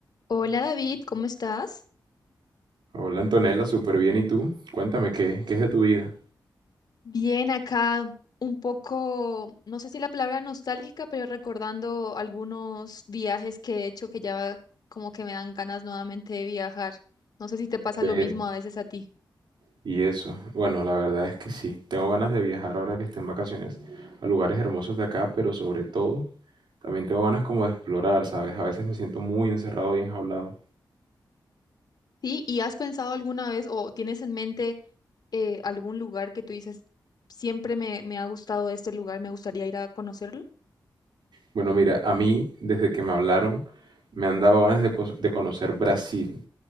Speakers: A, on the left; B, on the right.
A: Hola David, ¿cómo estás?
B: Hola Antonella, súper bien. ¿Y tú? Cuéntame, ¿qué, qué es de tu vida?
A: Bien acá, un poco, no sé si la palabra nostálgica, pero recordando algunos viajes que he hecho que ya como que me dan ganas nuevamente de viajar. No sé si te pasa
B: Ven.
A: lo mismo a veces a ti.
B: Y eso. Bueno, la verdad es que sí. Tengo ganas de viajar ahora que esté en vacaciones a lugares hermosos de acá, pero sobre todo también tengo ganas como de explorar, ¿sabes? A veces me siento muy encerrado y enjaulado.
A: Sí, ¿y has pensado alguna vez o tienes en mente eh, algún lugar que tú dices, siempre me, me ha gustado este lugar, me gustaría ir a conocerlo?
B: Bueno, mira, a mí desde que me hablaron me han dado ganas de, cos- de conocer Brasil,